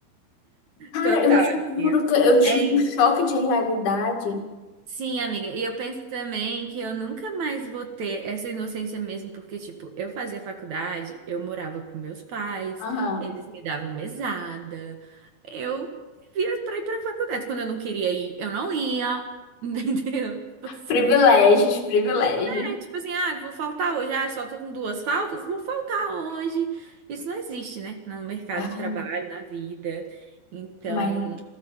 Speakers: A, on the left (about 75°); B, on the right (about 55°).
A: Cara,
B: Total,
A: eu te
B: amiga.
A: juro que eu tive
B: É
A: um choque de realidade.
B: Sim, amiga. E eu penso também que eu nunca mais vou ter essa inocência mesmo, porque, tipo, eu fazia faculdade, eu morava com meus pais,
A: Aham.
B: eles me davam mesada, eu vivia pra ir pra faculdade. Quando eu não queria ir, eu não ia, <laughs> entendeu? Tipo assim.
A: Privilégios, privilégios.
B: É tipo assim, ah, vou faltar hoje, ah, só tô com duas faltas, vou faltar hoje. Isso não existe, né? No mercado
A: Ai,
B: de trabalho, na vida. Então,
A: mas